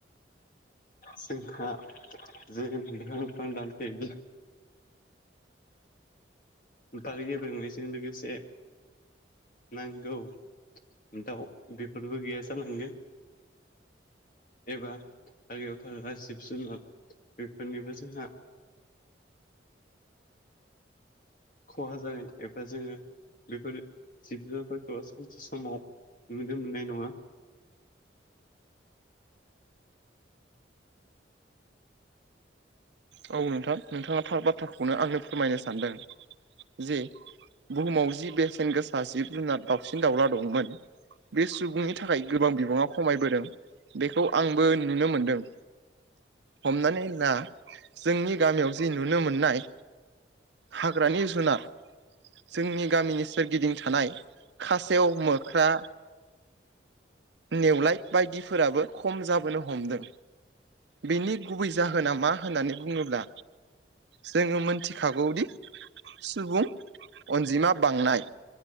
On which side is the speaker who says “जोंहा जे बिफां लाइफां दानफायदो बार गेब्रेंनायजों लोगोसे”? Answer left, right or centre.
Left